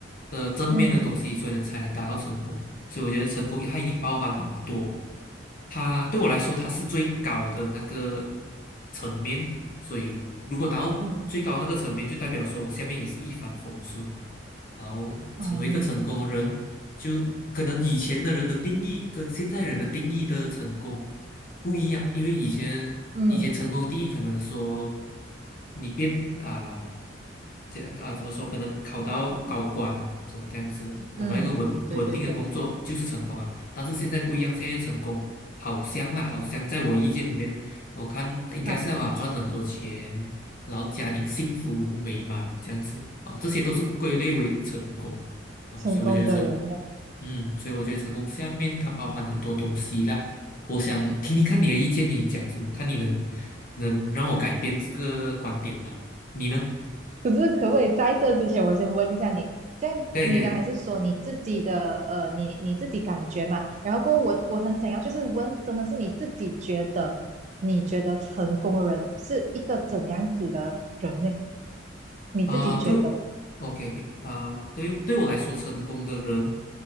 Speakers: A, on the left; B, on the right.
A: 的正面的东西，
B: 嗯
A: 所以呢才能达到成功。所以我觉得成功它已经包含很多。它对我来说，它是最高的那个层面，所以如果达到最高的那个层面，
B: 嗯
A: 就代表说我下面也是一帆风顺，然后成为一个成功的人，
B: 哦嗯
A: 就可能以前的人的定义跟现在人的定义的成功不一样，因为以前以前成功的定义可能说
B: 嗯
A: 你变啊。这啊，怎么说？可能考到高官，什么这样子，拿到一个稳稳定的工作就是成功啊。
B: 嗯，对对对，
A: 但是现在不一样，现在成功好香啦，好香！在我意见里面，我看应该是要啊赚很多钱，
B: 好，
A: 然后家庭幸福美满这样子啊，这些都是归类为成功啊，
B: 成功的人呢？
A: 所以我觉得成，嗯，所以我觉得成功下面它包含很多东西啦。我想听听看你的意见，你讲什么？看你能能让我改变这个观点吗？你呢？
B: 可是可不可以在这之前，我先问一下你，这样你刚才是说你自己的呃，
A: 可以可以
B: 你你自己感觉嘛？然后过后我我很想要就是问，真的是你自己觉得，你觉得成功的人是一个怎样子的人呢？你自己觉得，
A: 啊，对，OK OK 啊，对于对我来说，成功的人